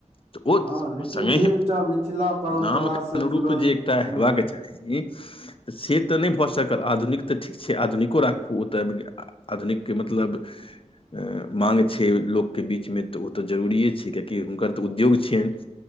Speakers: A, on the left; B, on the right.
A: तऽ ओ
B: हँ लेकिन
A: सङ्गहि
B: जे एकटा मिथिला परम्परँ
A: नामके
B: जुड़ल
A: अनुरूप
B: जे
A: एकटा
B: हूंम्म
A: हेबाक चाही तऽ से तऽ नहि भऽ सकल आधुनिक तऽ ठीक छै आधुनिको राखू ओतय <unintelligible> आधुनिकके मतलब माँग छै लोकके बीचमे तऽ ओ तऽ जरूरिए छै कियेकि हुनकर तऽ उद्योग छियनि